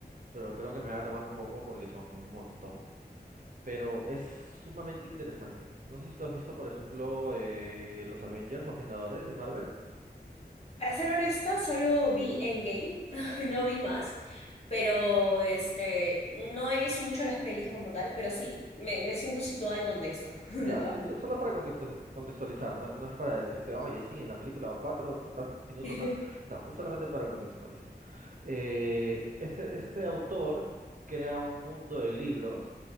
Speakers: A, on the right (about 50°); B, on the left (about 40°).
A: pero creo que me va a tomar un poco porque son un montón. Pero es sumamente interesante. No sé si tú has visto, por ejemplo, eh, los Avengers, los Vengadores de Marvel.
B: Para ser honesta, solo vi Endgame, <laughs> no vi más, pero este, no he visto mucho las pelis como tal, pero sí, me, me siento situada en contexto, <laughs> de
A: Ya,
B: todas
A: sí,
B: maneras.
A: so- solo es para contexto- contextualizar, no, no es para decirte, oye, sí, en la película o cuatro, se pasa el minuto
B: <laughs>
A: tanto. No, es solamente para contextualizar. Eh, este, este autor crea un mundo de libros